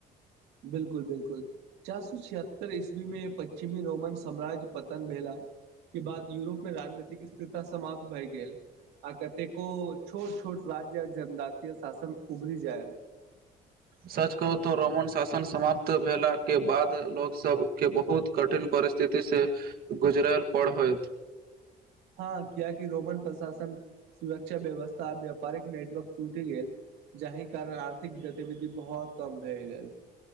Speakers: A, on the right; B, on the right.
A: बिल्कुल बिल्कुल चार सो छिहत्तर ईस्वी में पश्चिमी रोमन साम्राज्य पतन भेला के बाद यूरोप मे राजनीतिक स्थिरता समाप्त भए गेल आ कतेको छोट छोट राज्य आ जनजातीय शासन उभरि जायल
B: सच कहू तो रोमन शासन समाप्त भेला के बाद लोकसब के बहुत कठिन परि जेतै से गुजरल पढ़ हो
A: हँ कियाकि रोमन प्रशासन सुरक्षा व्यवस्था आ व्यापारिक नेटवर्क टूटी गेल जाहि कारण आर्थिक गति विधि बहुत कम भए गेल